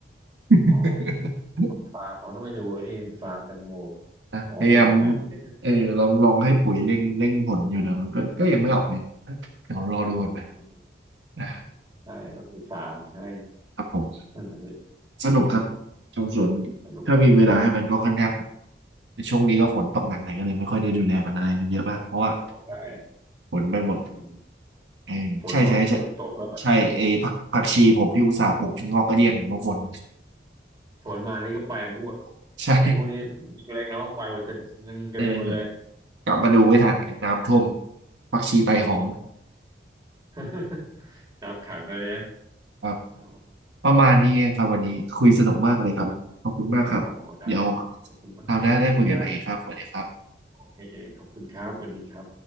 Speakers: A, on the right (about 85°); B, on the right (about 25°).
A: <laughs>
B: อ๋อฟาร์มอ๋อต้องไปดูไอ้นี่ฟาร์มแตงโม
A: นะพยายาม
B: อ๋อเป็นอย่างนั้นไม่เคย
A: เออลองลองให้ปุ๋ยเร่งเร่งผลอยู่นะมันก็ก็ยังไม่ออกเลยเดี๋ยวรอดูกันไป
B: อืม
A: นะ
B: ใช่ต้องศึกษาใช่
A: ครับผม
B: นั่นแหละสิ
A: สนุกครับชมสวน
B: สนุก
A: ถ้ามีเวลาให้มันก็ค่อนข้างสนุกแต่ช่วงนี้ก็ฝนตกหนักหน่อยก็เลยไม่ค่อยได้ดูแลมันอะไรมันเยอะมากเพราะว่า
B: โอ้ได้
A: ฝนไปหมด
B: อืม
A: เออใช่ใช่ใช่
B: ฝนหมดฝนตกก็
A: ใช่เอผักผักชีผมที่อุตส่าห์ปลูกจนงอกกระเดี้ยงเพราะฝน
B: ฝนมานี่ก็ไปรั่
A: <laughs> ใช่
B: ไอ้พวกนี้เล็กๆเนาะไปหมดกระนึ่งกระเด็นหมดเลย
A: เออกลับมาดูไม่ทันครับน้ำท่วมผักชีไตหง
B: โอ้ <laughs> น้ำขังเลยนะ
A: ครับ
B: โอ้
A: ประมาณนี้ครับวันนี้คุยสนุกมากเลยครับขอบคุณมากครับเดี๋ยว
B: โอ้ได้ขอบคุณมากเลยได้
A: คราวหน้าได้คุยกันใหม่อีกครับสวัสดีครับ
B: โอเคขอบคุณครับสวัสดีครับ